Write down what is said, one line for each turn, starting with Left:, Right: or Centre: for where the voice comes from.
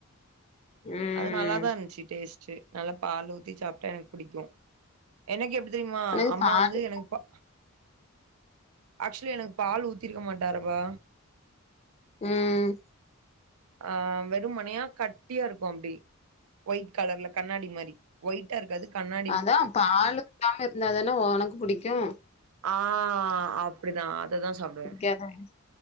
Left: ம்
Right: அது நல்லாதா இருந்துச்சி டேஸ்ட்டு நல்லா பால் ஊத்தி சாப்ட்டா எனக்கு புடிக்கும் எனக்கு எப்டி தெரிமா
Left: எனக்கு
Right: அம்மா
Left: பால்
Right: வந்து எனக்கு பா ஆக்சுலி எனக்கு பால் ஊத்திருக்க மாட்டாருபா
Left: ம்
Right: ஆஹ் வெறும்மனையா கட்டியா இருக்கு அப்டி ஒயிட் கலர்ல கண்ணாடி மாரி ஒயிட்டா இருக்காது கண்ணா
Left: அதா பாலு ஊத்தாம இருந்தாதானே உனக்கு புடிக்கு
Right: ஆஹ் அப்டிதா அததா சாப்டுவே
Left: <unintelligible>